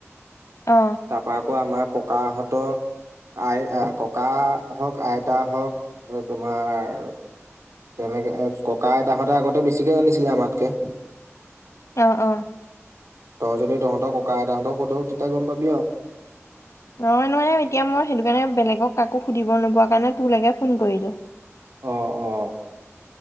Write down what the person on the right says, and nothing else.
তাৰপৰা আকৌ আমাক ককাহঁতৰ আই- আ-ককা হওক আইতা হওক তোমাৰ, তেনেকে ককা-আইতাহঁতে আগতে বেছিকে জানিছিলে আমাতকে।
তই যদি তহঁতৰ ককা-আইতাহঁতক সোধ, তেতিয়া গম গম পাবি আও
অ' - অ'।